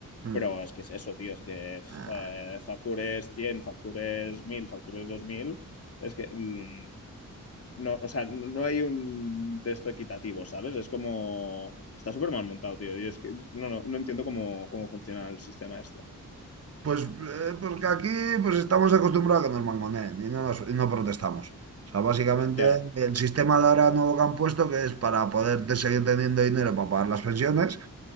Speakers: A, on the right; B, on the left.
A: mm.
B: pero es que es eso, tío, es que pf,
A: Ah,
B: eh, factures 100 factures 1000 factures dos mil es que mm, no, o sea, no no hay un texto equitativo, ¿sabes? Es como... Está súper mal montado, tío. Y es que no, no, no entiendo cómo, cómo funciona el sistema este.
A: Pues eh, porque aquí pues estamos acostumbrados a que nos mangoneen y no, nos- y no protestamos. O sea, básicamente
B: Ya,
A: el sistema de ahora nuevo que han puesto, que es para poder te- seguir teniendo dinero para pagar las pensiones,